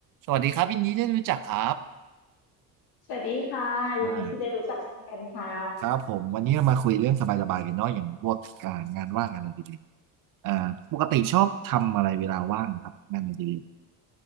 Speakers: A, on the right (about 55°); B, on the left (about 75°).
A: สวัสดีครับยินดีได้รู้จักครับ
B: สวัสดีค่ะยินดีที่ได้รู้จักเช่นกันค่ะ
A: อ่าครับผมวันนี้เรามาคุยเรื่องสบายๆกันเนาะอย่างพวกการงานว่างงานอดิเรกอ่าปกติชอบทำอะไรเวลาว่างครับงานอดิเรก